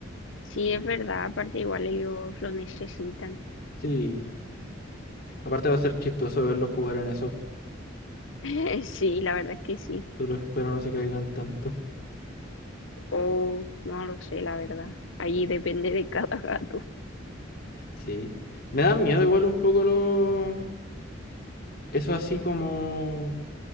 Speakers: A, on the left; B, on the left.
A: sí, es verdad, aparte igual ellos lo necesitan.
B: Sí. Aparte va a ser chistoso verlos jugar en eso.
A: <laughs> Sí, la verdad es que sí.
B: Solo espero no se caigan tanto.
A: Oh, no lo sé, la verdad. Ahí depende de cada gato.
B: Sí. Me dan miedo igual un poco los... Eso así como...